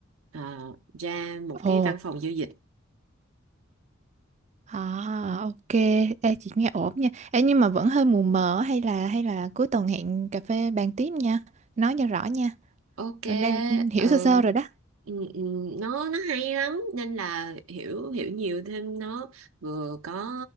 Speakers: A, on the right (about 85°); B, on the right (about 35°).
A: ờ, ra một
B: ồ
A: cái văn phòng giao dịch
B: à ok Ê, chị nghe ổn nha Ê, nhưng mà vẫn hơi mù mờ hay là hay là cuối tuần hẹn cà phê bàn tiếp nha nói cho rõ nha
A: Ok,
B: Rồi đang hiểu
A: ừ.
B: sơ sơ rồi đó
A: Ừ, ừ, nó nó hay lắm nên là hiểu hiểu nhiều thêm nó vừa có